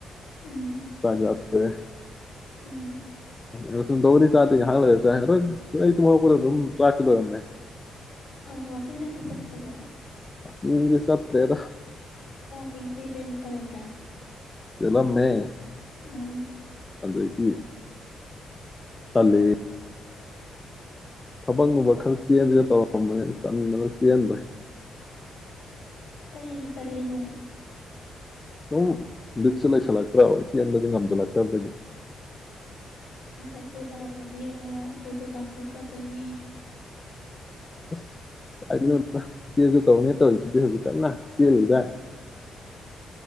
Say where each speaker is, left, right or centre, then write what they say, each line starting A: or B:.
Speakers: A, on the left; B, on the left.
A: ꯎꯝ
B: ꯆꯥꯛ ꯆꯥꯊꯣꯛꯑꯦ
A: ꯎꯝ
B: ꯑ <unintelligible> ꯇꯧꯕꯗꯤ ꯆꯥꯗꯦ ꯉꯥꯏꯍꯥꯛ ꯂꯩꯔ ꯆꯥꯏ ꯑꯗꯣ ꯑꯩ ꯇꯨꯝꯍꯧꯔꯛꯄꯗ ꯑꯗꯨꯝ ꯆꯥꯛꯇꯤ ꯂꯣꯏꯔꯝꯃꯦ
A: ꯑ ꯋꯥꯀꯤꯡ ꯀꯇꯤ ꯆꯠꯇꯔ꯭ꯕꯣ
B: ꯋꯥꯀꯤꯡ ꯒꯤꯗꯥ ꯆꯠ ꯆꯠꯇ꯭ꯔꯦꯗ
A: ꯀꯤꯡ ꯆꯦꯜꯂꯦꯅ ꯇꯧꯔꯝꯗꯥꯏ
B: ꯆꯦꯜꯂꯝꯃꯦ
A: ꯑꯥ
B: ꯑꯗꯒꯤ ꯇꯜꯂꯦ ꯊꯕꯛ ꯅꯨꯡꯕꯛ ꯈꯔ ꯆꯦꯟꯖꯦꯅ ꯇꯧꯔꯝꯕꯅꯤ ꯇꯟꯗꯅ ꯆꯦꯟꯗ꯭ꯔꯦ
A: ꯀꯔꯤꯒꯤ ꯇꯜꯂꯤꯅꯣ
B: ꯁꯨꯝ ꯕꯤꯠꯁꯦ ꯂꯩꯁꯜꯂꯛꯇ꯭ꯔꯥꯕ ꯆꯦꯟꯕꯖꯦ ꯉꯝꯖꯜꯂꯛꯇꯕꯗꯒꯤ
A: ꯊꯕꯛꯇꯨ ꯇꯧꯔꯗꯤ ꯌꯦꯡꯉꯣ ꯑꯈꯣꯏꯁꯨ ꯆꯥꯎꯊꯣꯛꯆꯗꯣꯏꯅꯦ
B: ꯑꯁ ꯀꯥꯏꯗꯩꯅꯣꯗ ꯏꯆꯦꯟꯖꯨ ꯇꯧꯅꯦ ꯇꯧꯔꯤꯗꯨꯗꯤ ꯍꯧꯖꯤꯛ ꯀꯟꯅ ꯆꯦꯜꯂꯤꯗꯥꯏ